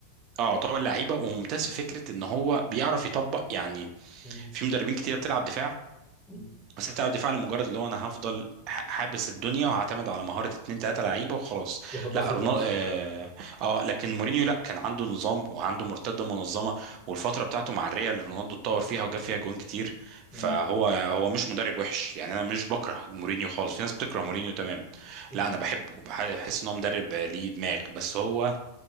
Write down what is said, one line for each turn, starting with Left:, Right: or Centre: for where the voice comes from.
Right: اه طبعا لعيبه وممتاز في فكره ان هو بيعرف يطبق يعني
Left: مم.
Right: في مدربين كتير بتلعب دفاع
Left: مم.
Right: بس هي بتلعب دفاع لمجرد اللي هو انا هفضل ح- حابس الدنيا وهعتمد على مهاره اتنين تلاته لعيبه وخلاص
Left: يخلصوا
Right: لا رونالدو
Left: الماتش
Right: اه,
Left: آه.
Right: آه لكن مورينيو لا كان عنده نظام وعنده مرتده منظمه والفتره بتاعته مع الريال رونالدو اتطور فيها وجاب فيها جوان كتير فهو
Left: مم.
Right: هو مش مدرب وحش يعني انا مش بكره مورينيو خالص في ناس بتكره مورينيو تمام
Left: مم.
Right: لا انا بحبه وبحس ان هو مدرب ليه دماغ بس هو